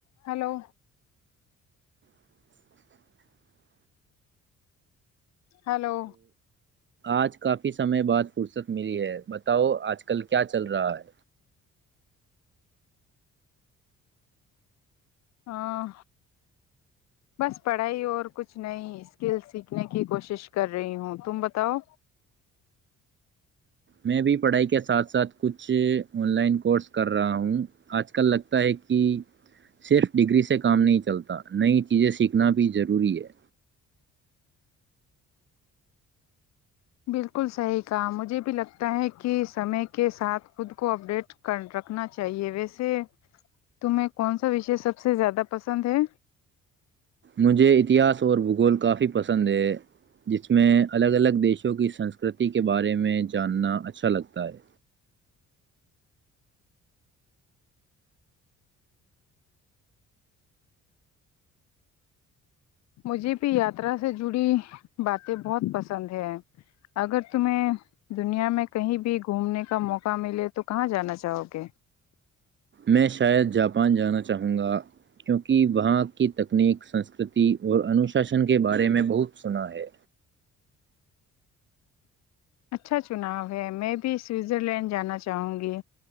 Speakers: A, on the left; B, on the right.
A: ہلو
B: <inaudible>
A: ہلو
B: آج کافی سمے بعد فرصت ملی ہے بتاؤ آج کل کیا چل رہا ہے
A: ہاں بس پڑھائی اور کچھ نئی اسکل سیکھنے کی کوشش کر رہی ہوں تم بتاؤ
B: میں بھی پڑھائی کے ساتھ ساتھ کچھ آن لائن کورس کر رہا ہوں آج کل لگتا ہے کہ صرف ڈگری سے کام نہیں چلتا نئی چیزیں سیکھنا بھی ضروری ہے
A: بالکل صحیح کہا مجھے بھی لگتا ہے کہ سمے کے ساتھ خود کو اپڈیٹ کر رکھنا چاہیے ویسے تمہیں کون سا وشے سب سے زیادہ پسند ہے
B: مجھے اتہاس اور بھگول کافی پسند ہے جس میں الگ الگ دیشوں کی سنسکرتی کے بارے میں جاننا اچھا لگتا ہے
A: مجھے بھی یاترا سے جڑی باتیں بہت پسند ہیں اگر تمہیں دنیا میں کہیں بھی گھومنے کا موقع ملے تو کہاں جانا چاہو گے
B: میں شاید جاپان جانا چاہوں گا کیونکہ وہاں کی تکنیک سنسکرتی اور انوشاسن کے بارے میں بہت سنا ہے
A: اچھا چناؤ ہے میں بھی سوئزر لینڈ جانا چاہوں گی